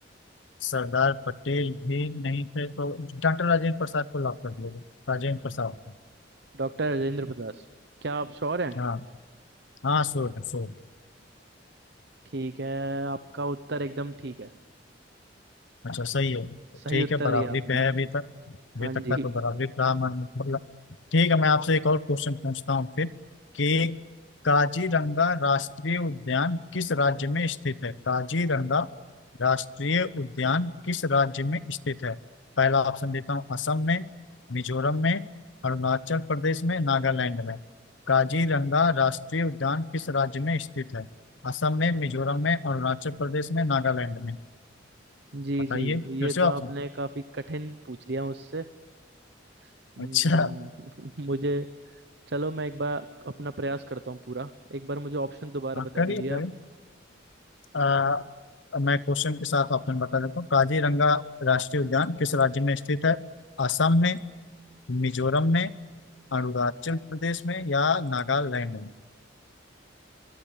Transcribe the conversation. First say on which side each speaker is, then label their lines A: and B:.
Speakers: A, on the left (about 75°); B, on the right (about 60°).
A: सरदार पटेल भी नहीं थे तो डॉक्टर राजेंद्र प्रसाद को लॉक कर दिया जाए। राजेंद्र प्रसाद
B: डॉक्टर राजेंद्र प्रसाद क्या आप श्योर हैं
A: हाँ हाँ श्योर है श्योर
B: ठीक है आपका उत्तर एकदम ठीक है
A: अच्छा सही है
B: सही
A: ठीक
B: उत्तर
A: है बराबरी
B: दिया आपने
A: पे है अभी तक अभी
B: हाँ
A: तक
B: जी
A: का तो बराबरी रहा हमारा मतलब ठीक है मैं आपसे एक और क्वेश्चन पूछता हूँ फिर कि काजीरंगा राष्ट्रीय उद्यान किस राज्य में स्थित है काजीरंगा राष्ट्रीय उद्यान किस राज्य में स्थित है पहला ऑप्शन देता हूँ असम में मिजोरम में अरुणाचल प्रदेश में नागालैंड में काजीरंगा राष्ट्रीय उद्यान किस राज्य में स्थित है असम में मिजोरम में अरुणाचल प्रदेश में नागालैंड में
B: जी
A: बताइए
B: जी ये
A: फिर से
B: तो
A: ऑप्शन
B: आपने काफी कठिन पूछ लिया मुझसे हम्म,
A: अच्छा
B: <laughs> मुझे चलो मैं एक बार अपना प्रयास करता हूँ पूरा एक बार मुझे ऑप्शन दोबारा
A: हाँ,
B: बता
A: करिए
B: दीजिए
A: करिए
B: आप
A: आ, अब मैं क्वेश्चन के साथ ऑप्शन बता देता हूँ काजीरंगा राष्ट्रीय उद्यान किस राज्य में स्थित है असम में मिजोरम में अरुणाचल प्रदेश में या नागालैंड में